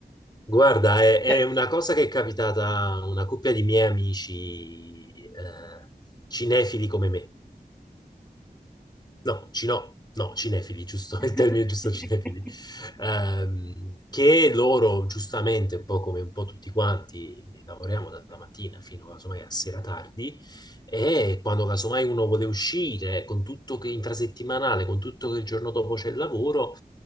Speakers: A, on the left (about 25°); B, in the centre.
A: guarda, è, è
B: Cioè,
A: una cosa che è capitata a una coppia di miei amici eh, cinefili come me. No, cino- no, cinefili, giusto, <laughs>
B: <laughs>
A: il termine giusto,
B: sì.
A: cinefili, Ehm, che loro giustamente, un po' come un po' tutti quanti, lavoriamo dalla mattina fino casomai a sera tardi e quando casomai uno vuole uscire con tutto che intrasettimanale, con tutto che il giorno dopo c'è il lavoro,